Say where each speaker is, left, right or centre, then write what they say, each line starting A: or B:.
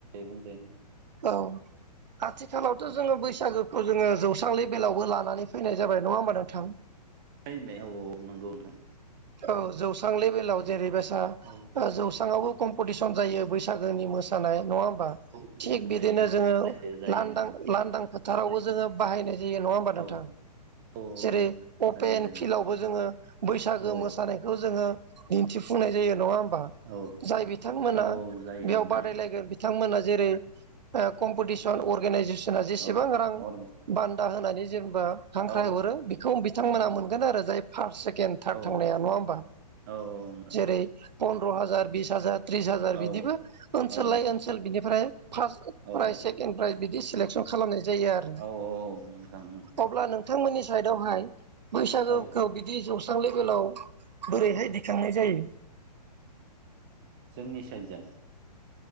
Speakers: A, on the right (about 30°); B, on the right (about 85°).
A: बुंजायो
B: औ आथिखालावथ'
A: औ
B: जोङो बैसागो खौ जोङो जौस्रां ले बेलायावबो लानानै फैनाय जाबाय नङा होमबा नोंथां
A: फैबाय औ औ नंगौ नोंथां
B: औ जौस्रां लेभेलाव जेरैबायसा
A: औ
B: जौस्रांवावबो कम्पिटिसन जायो बैसागोनि मोसानाय नङा होन
A: कम्पिटिसन
B: थिग बिदिनो
A: जायो
B: जोङो
A: जायो जायो
B: लांदां-लांदां
A: नोंथां
B: फोथारावबो जोङो बाहायनाय नङा होनबा नोंथां
A: औ औ
B: जेरै अफेन
A: जायो जायो
B: फिलावबो
A: नोंथां
B: जोङो बैसागो- मोसानायखौ
A: औ
B: जोङो दिन्थिफुंनाय जायो नङाहोनबा
A: औ
B: जाय बिथांमोना
A: औ औ जायो
B: बेयाव
A: नोंथां
B: बादायलायगोन बिथांमोना जेरै कम्पिटिसन
A: औ
B: अर्गेनाइजेसना जेसेबां
A: औ
B: रां
A: अरगेन
B: बान्था होनानै जेनबा हांख्राय
A: औ
B: हरो बेखौ बिथांमोना
A: औ
B: मोनगोन आरो जाय फार्स्ट सेकेणड थार
A: औ
B: थांनाया नङा होमबा
A: औ नोंथां
B: जेरै पनन्द्र' हाजार बिस हाजार थ्रिस हाजार बिदिबो
A: औ
B: ओनसोल
A: औ
B: लायै ओनसोल बिनिफ्राय फार्स्ट
A: औ
B: प्राइज सेकेणड प्राइज बिदि खालेकसन खालामनाय जायो आरो
A: औ औ नोंथां
B: अब्ला नोंथांमोननि साइत आवहाय बैसागुखौ
A: औ
B: बिदि जौस्रां लेभेलाव बोरैहाय दिखांनाय जायो
A: जोंनि साइडजों